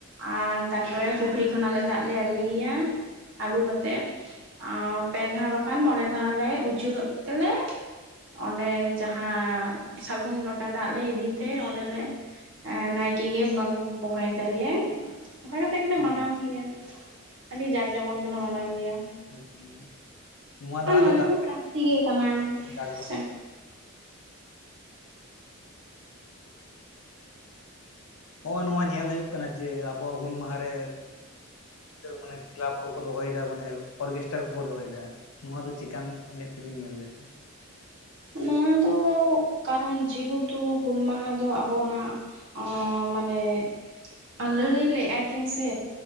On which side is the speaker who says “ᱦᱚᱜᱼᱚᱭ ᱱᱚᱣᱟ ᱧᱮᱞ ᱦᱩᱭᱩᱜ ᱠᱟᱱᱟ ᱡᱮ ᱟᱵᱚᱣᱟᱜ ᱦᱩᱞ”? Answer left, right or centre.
Left